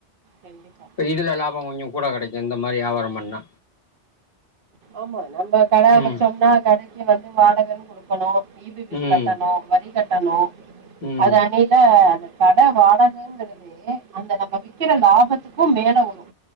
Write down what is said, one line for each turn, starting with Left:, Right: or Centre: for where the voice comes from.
Right: கண்டிப்பா
Left: இப்ப இதுல லாபோ கொஞ்சு கூட கெடைக்கு இந்த மாரி வியாபாரோ பண்ணா
Right: ஆமா நம்ம இடே
Left: ம்
Right: வச்சோம்னா கடைக்கு வந்து வாடகைன்னு குடுக்கணு ஈபிபில்
Left: ம்
Right: கட்டணு வரி கட்டணு
Left: ம்
Right: அது அணியில அது கடை வாடகங்கறதே அந்த நம்ம விக்கிற லாபத்துக்கு மேல வரு